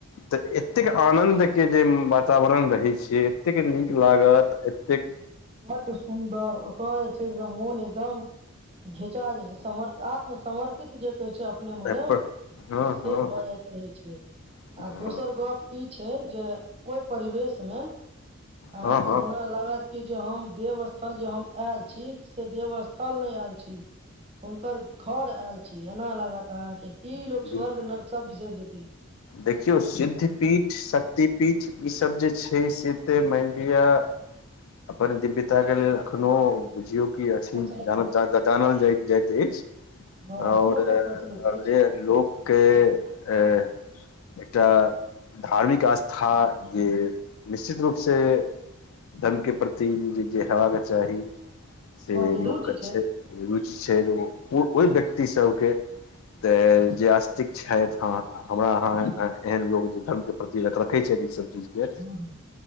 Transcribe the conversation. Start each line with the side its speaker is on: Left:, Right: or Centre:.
Left: तऽ एतेक आनन्द के जे वातावरण रहैत छै एतेक निक लागत एतेक
Right: बड सुन्दर ओतऽ जे छै से मोन एकदम घिचा जाइ छै समर आत्मसर्पित जे कहै छै अपने मने
Left: पेपर हँ
Right: से
Left: हँ
Right: भऽ जाइत रहै छै
Left: हँ
Right: आ दोसर गप ई छै जे ओय परिवेश मे अहाँ
Left: हँ
Right: के
Left: हँ
Right: जेना लागत कि जे हम देव स्थल जे हम आयल छी से देव स्थल नय आयल छी हुनकर घर आयल छी एना लागत अहाँके की लोक
Left: बिलकुल
Right: स्वर्ग नर्क सब बिसर जेते
Left: देखियौ सिद्ध पीठ शक्ति पीठ ईसभ जे छै से तऽ मान लिअ अपन दिव्यता के लेल अखनो बुझियौ की अथि
Right: पता चलैत
Left: जानत
Right: अछि
Left: जादा जानल जाय जाइत अछि
Right: हँ एखनो
Left: ओर
Right: तक प्रचलित अछि
Left: जे लोक केँ ए एकटा धार्मिक आस्था जे निश्चित रूप से धन के प्रति जे हेब के चाही से
Right: हँ जे
Left: लोकके
Right: रुचि
Left: छै रुचि छै ओ ओहि व्यक्ति सभके तऽ जे आस्तिक छथि ह हमरा अहाँ एहन लोक जे धर्म के प्रति रख रखे छै ई सभ चीज के
Right: हँ हँ